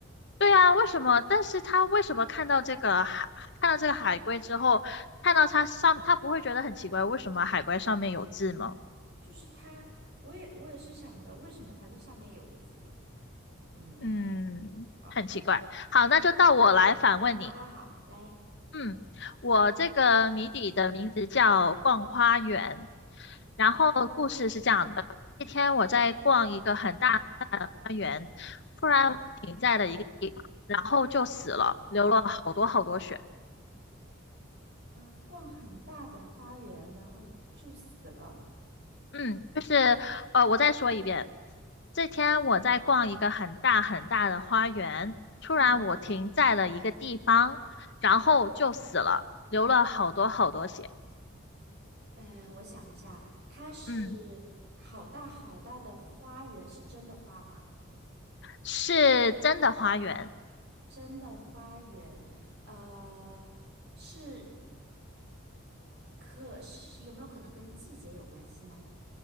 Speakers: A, on the left; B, on the right.
A: 对啊，为什么？但是他为什么看到这个海，看到这个海龟之后，看到它上，他不会觉得很奇怪，为什么海龟上面有字吗？
B: 就是他，我也我也是想着为什么他这上面有字。嗯，
A: 嗯，
B: 好，
A: 很奇怪。好，
B: 对，
A: 那就到我来反问你。
B: 好好好，来，
A: 嗯，我这个谜底的名字叫《逛花园》，然后故事是这样的：那天我在逛一个很大的花园，突然停在了一个地方，然后就死了，流了好多好多血。
B: 呃，逛很大的花园，然后就死了。
A: 嗯，就是呃，我再说一遍。这天我在逛一个很大很大的花园，突然我停在了一个地方，
B: 嗯，
A: 然后就死了，流了好多好多血。
B: 呃，我想一下，它是
A: 嗯，
B: 好大好大的花园，是真的花吗？
A: 是真的花园，
B: 真的花园，呃，是可是有没有可能跟季节有关系呢？